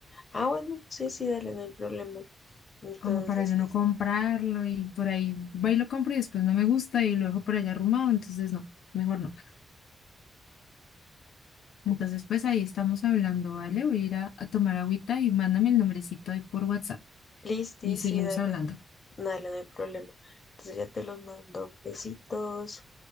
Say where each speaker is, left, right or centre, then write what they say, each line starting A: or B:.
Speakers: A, on the left; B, on the left.
A: Ah, bueno, sí, sí, dale, no hay problema. Entonces,
B: como para yo no
A: es-
B: comprarlo y por ahí va y lo compro y después no me gusta y lo dejo por allá arrumado, entonces no, mejor no. Entonces, pues ahí estamos hablando, ¿vale? Voy a ir a, a tomar agüita y mándame el nombrecito ahí por WhatsApp
A: listi,
B: y seguimos
A: sí, dale,
B: hablando.
A: dale, no hay problema. Entonces ya te los mando. Besitos,